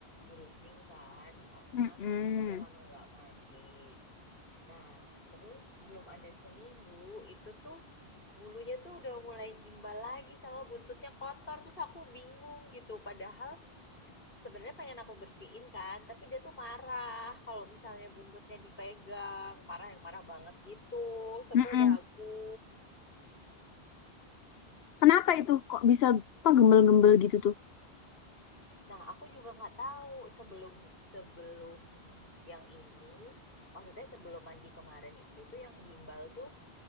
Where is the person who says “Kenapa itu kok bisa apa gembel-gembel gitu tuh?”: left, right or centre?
Left